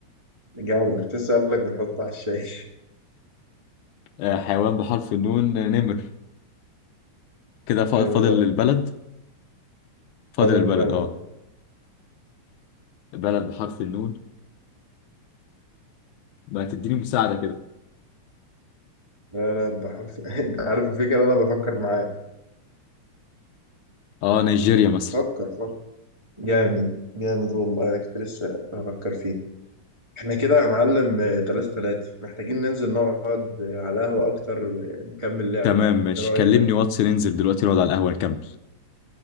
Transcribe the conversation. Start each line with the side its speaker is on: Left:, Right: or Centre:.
Right: جدع كنت أسألك بنحطه على الشاي
Left: آه، حيوان بحرف النون آه، نمر كده فا-
Right: <laughs> جامد
Left: فاضل
Right: أوي
Left: البلد فاضل
Right: فاضل البلد
Left: البلد اه
Right: اه
Left: بلد بحرف النون بقى تديني مساعدة كده
Right: لا لا بحرف <laughs> أنت عارف الفكرة أنا بفكر معاك
Left: اه نيجيريا مثلا
Right: فكر فكر جامد جامد والله أنا كنت لسه بفكر فيه احنا كده يا معلم آه، تلاتة تلاتة محتاجين ننزل نقعد آه، على قهوة أكتر ونكمل لعب
Left: تمام
Right: بقى
Left: ماشي
Right: إيه رأيك؟
Left: كلمني واتس ننزل دلوقتي نقعد على القهوة نكمل